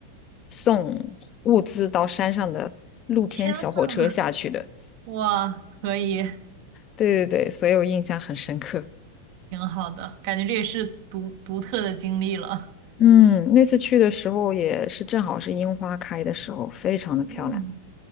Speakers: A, on the left (about 35°); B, on the right (about 55°).
A: 送物资到山上的露天小火车下去的。
B: 天呐，哇，可以。
A: 对对对，所以我印象很深刻。
B: 挺好的，感觉这也是独独特的经历了。
A: 嗯，那次去的时候也是正好是樱花开的时候，非常的漂亮。
B: 嗯，